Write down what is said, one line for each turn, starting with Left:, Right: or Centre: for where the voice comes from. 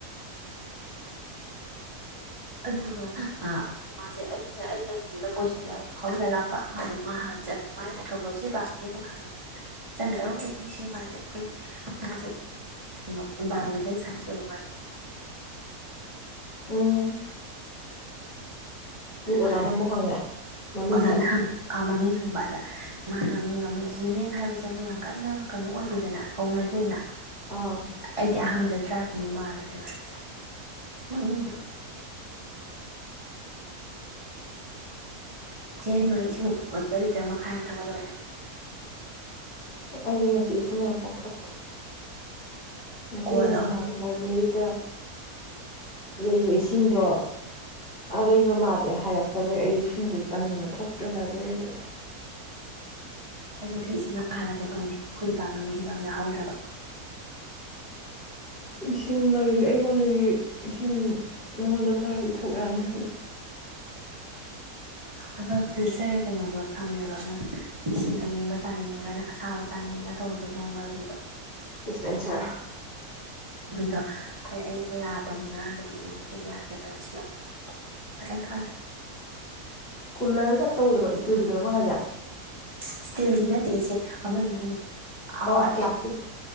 Right: ꯑꯗꯨꯒ ꯑꯥ ꯃꯥꯖꯦ ꯑꯩꯅ ꯑꯩꯅ ꯁꯨꯝꯗ ꯀꯣꯏꯁꯜꯂ ꯐꯥꯎꯏꯜꯂ ꯂꯥꯛꯄ ꯑꯗꯨ ꯃꯥ ꯍꯥꯟꯅ ꯆꯠꯈ꯭ꯔꯦ ꯃꯥ ꯑꯦꯊ꯭ꯔꯣꯄꯣꯖꯤ ꯗꯤꯄꯥꯔꯃꯦꯟꯗꯤ ꯀꯅꯥꯅꯣ ꯍꯥꯏꯅ ꯆꯪꯈ꯭ꯔꯦꯁꯤꯡꯕꯁꯦ ꯑꯩꯈꯣꯏ ꯃꯥꯁꯦ ꯀꯩꯅꯣ ꯏꯟꯚꯥꯏꯔꯣꯟꯃꯦꯟꯇꯦꯜ ꯁꯥꯏꯟꯁ ꯑꯣꯏꯌꯦ ꯃꯥꯅ
Left: ꯎꯝ ꯑꯗꯨ
Right: ꯑꯗꯨꯀꯥꯟ
Left: ꯑꯣꯖꯥꯅ
Right: ꯑꯗꯨꯗ
Left: ꯑꯃꯨꯛ ꯍꯪꯉꯦ ꯃꯃꯤꯡꯗꯣ
Right: ꯑꯣꯖꯅ ꯍꯪ ꯑꯥ ꯃꯃꯤꯡ ꯍꯪꯕ ꯗ ꯃꯥꯏ ꯃꯃꯤꯡꯗꯣ ꯑꯃ ꯌꯤꯃꯦꯟ ꯍꯥꯏꯕꯁꯦ ꯑꯃ ꯌꯥꯝ ꯀꯟꯅ ꯀꯩꯅꯣ ꯑꯣꯏꯗꯦꯗꯅ ꯀꯧꯅꯗꯦꯗꯅ
Left: ꯑꯥ
Right: ꯑꯩꯗꯤ ꯑꯍꯥꯝꯕꯗꯠ ꯇ꯭ꯔꯥꯏꯕ ꯀꯨꯝꯕ ꯃꯥꯜꯂꯨꯔꯦ ꯃꯥꯗ ꯃꯃꯤꯡ ꯗꯣ ꯆꯦ ꯔꯦꯅꯨ ꯑꯩ ꯏꯁꯤꯡ ꯕꯣꯇꯔ ꯂꯤꯇꯔ ꯃꯈꯥꯏ ꯑꯝ ꯊꯛꯄ ꯂꯣꯏꯔꯦ
Left: ꯑꯣ ꯑꯩꯗꯤ ꯉꯁ ꯏꯁꯤꯡ ꯌꯥꯝ ꯄꯥꯛ ꯊꯛꯇꯔꯤ ꯅꯆꯦꯅ
Right: ꯀꯣꯜ
Left: ꯉꯍꯥꯟ
Right: ꯑꯍꯨꯝ
Left: ꯂꯥꯏꯕꯦꯔꯤꯗ ꯂꯩꯕ ꯏꯁꯤꯡꯗꯣ ꯑꯔꯩꯕ ꯃꯥꯜꯂꯦ ꯍꯥꯏꯔꯛꯄꯗꯩ ꯑꯩ ꯏꯁꯤꯡꯖꯦ ꯇꯟꯗꯅ ꯊꯛꯇ꯭ꯔꯦ ꯂꯥꯏꯕꯦꯔꯤꯗ
Right: ꯑꯩꯁꯨ ꯉꯁꯤ ꯏꯁꯤꯡ ꯉ ꯍꯥꯜꯂꯛꯀꯦ ꯇꯧꯅꯤ ꯈꯣꯏ ꯗꯤꯄꯥꯔꯃꯦꯟꯒꯤ ꯏꯁꯤꯡꯗꯣ ꯌꯥꯝ ꯌꯥꯍꯧꯗ꯭ꯔꯕ
Left: ꯏꯁꯤꯡ ꯂꯩꯔꯤ ꯑꯩꯉꯣꯟꯗꯒꯤ ꯏꯁꯤꯡ ꯅꯉꯣꯟꯗ ꯈꯔ ꯄꯤꯊꯣꯛ ꯌꯥꯅꯤ
Right: ꯑꯗꯣ ꯐꯤꯜꯇꯔ ꯀꯩꯅꯣꯗꯣ ꯊꯝꯃꯦꯕ ꯑꯃ ꯏꯁꯤꯡ ꯑꯏꯤꯡꯕ ꯇꯥꯅꯤꯡꯉꯒꯅ ꯑꯁꯥꯕ ꯇꯥꯅꯤꯡꯉꯒ ꯇꯧꯕꯗꯣ ꯅꯣꯔꯃꯦꯜꯒꯤꯗꯣ
Left: ꯏꯁꯄꯦꯟꯁꯔ
Right: ꯇ ꯈꯣꯏ ꯑꯌꯤꯡꯕ ꯌꯥꯄꯅꯦ ꯉꯔꯥꯡꯗꯤ ꯑꯗꯣ ꯉꯁꯤꯗ ꯌꯥꯔꯀꯦ ꯇꯧꯔ ꯏꯁꯤꯡ ꯌꯥꯝ ꯌꯥꯎꯝꯗ꯭ꯔꯦ ꯈꯇꯪ ꯊꯥꯂꯥꯏ
Left: <unintelligible> ꯏꯁꯇꯤꯜꯒꯤꯗꯨꯔꯣ ꯅꯪ ꯍꯥꯏꯖꯦ
Right: ꯏꯁꯇꯤꯜꯒꯤ ꯅꯠꯇꯦ ꯏꯆꯦ ꯑꯃ ꯑꯥꯍꯣꯏ
Left: ꯑꯣ ꯄ꯭ꯂꯥꯁꯇꯤꯛꯇꯨꯗ